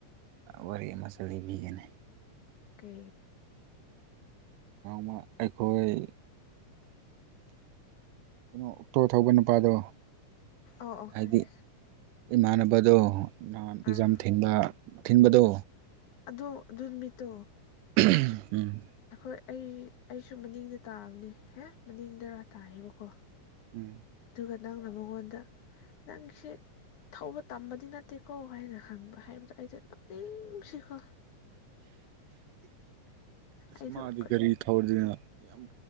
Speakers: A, on the right; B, on the left.
A: ꯋꯥꯔꯤ ꯑꯃꯁꯨ ꯂꯤꯕꯤꯒꯅꯤ
B: ꯀ
A: ꯃ ꯑꯩꯈꯣꯏ ꯀꯩꯅꯣ ꯑꯣꯛꯇꯣ ꯊꯧꯕ ꯅꯨꯄꯥꯗꯣ
B: ꯑꯣ ꯑꯣ ꯈꯔꯦ
A: ꯍꯥꯏꯗꯤ ꯏꯃꯥꯟꯅꯕꯗꯣ ꯅꯍꯥꯟ ꯑꯦꯛꯖꯥꯝ
B: ꯑꯥ
A: ꯊꯤꯟꯕ ꯊꯤꯟꯕꯗꯣ
B: ꯑꯗꯣ ꯑꯗꯨ ꯅꯨꯃꯤꯠꯇꯣ
A: ꯎꯝ
B: ꯍꯣꯏ ꯑꯩ ꯑꯩꯁꯨ ꯃꯅꯤꯡꯗ ꯇꯥꯕꯅꯦ ꯍꯦ ꯃꯅꯤꯡꯗꯔꯥ ꯇꯥꯏꯌꯦꯕꯀꯣ
A: ꯎꯝ
B: ꯑꯗꯨꯒ ꯅꯪꯖꯕꯣꯅꯗ ꯅꯪꯁ ꯊꯧꯕ ꯇꯝꯕꯗꯤ ꯅꯠꯇꯦꯀꯣ ꯍꯥꯏꯅ ꯍꯪꯕ ꯍꯥꯏꯕꯗꯣ ꯑꯩꯁꯦ ꯄꯨꯛꯅꯤꯡ ꯅꯨꯡꯁꯤꯈꯣ
A: ꯑꯁ
B: ꯑꯩꯗꯣ
A: ꯃꯥꯗꯤ
B: ꯀꯔꯤ
A: ꯒꯥꯔꯤ ꯊꯧꯔꯤꯗꯅ ꯌꯥꯝ